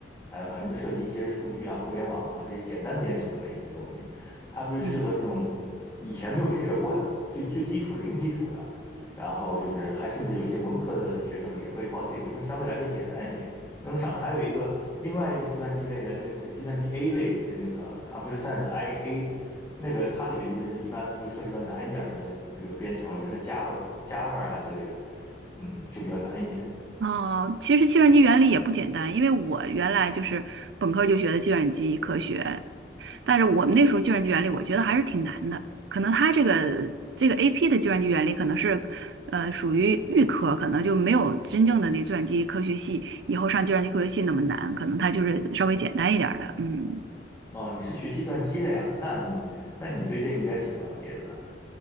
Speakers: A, on the left; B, on the right.
A: 哎，反正就涉及一些数据啊、互联网啊这些简单编程的一些东西。它就适合这种以前没有学过的最最基础零基础的，
B: 嗯
A: 然后就是还甚至有些文科的学生也会报这个，因为相对来说简单一点。那么上面还有一个另外一个计算机类的那个是计算机 A 类，那那个 Computer Science IA，那个它里边就是一般就涉及到难一点的，比如编程了比如说 Java、Java 啊之类的，嗯，就比较难一点。
B: 哦，其实计算机原理也不简单，因为我原来就是本科儿就学的计算机科学，但是我们那时候计算机原理，我觉得还是挺难的。可能它这个这个 AP 的计算机原理可能是，呃，属于预科，可能就没有真正的那计算机科学系以后上计算机科学系那么难，可能它就是稍微简单一点儿的。嗯
A: 哦，你是学计算机的呀？那你那你对这应该挺了解的了。